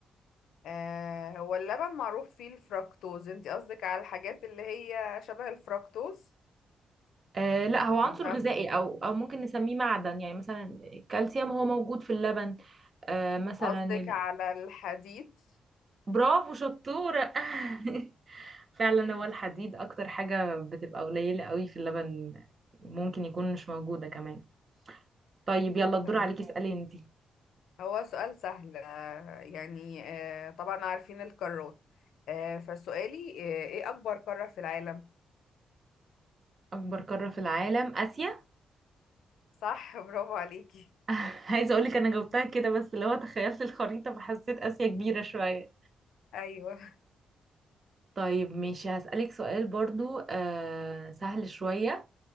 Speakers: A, on the left; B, on the right.
A: آه هو اللبن معروف فيه الفركتوز انت قصدك على الحاجات اللي هي شبه الفركتوز
B: آه لا هو عنصر
A: يبقى
B: غذائي او او ممكن نسميه معدن يعني مثلا الكالسيوم هو موجود في اللبن آه مثلا
A: قصدك
B: ال-
A: على الحديد
B: برافو شطورة <laughs> فعلا
A: <laughs>
B: هو الحديد اكتر حاجة بتبقى قليلة قوي في اللبن ممكن يكون مش موجودة كمان طيب يلا الدور
A: تمام.
B: عليكي اسألي انتي
A: هو سؤال سهل آه، يعني آه، طبعا عارفين القارات آه، فسؤالي آه، ايه اكبر قارة في العالم
B: اكبر قارة في العالم اسيا
A: صح <laughs> برافو عليكي
B: <laughs> عايزة اقولك انا جاوبتها كده بس اللي هو تخيلت الخريطة فحسيت اسيا كبيرة شوية
A: ايوه
B: طيب ماشي هسألك سؤال برضو آه سهل شوية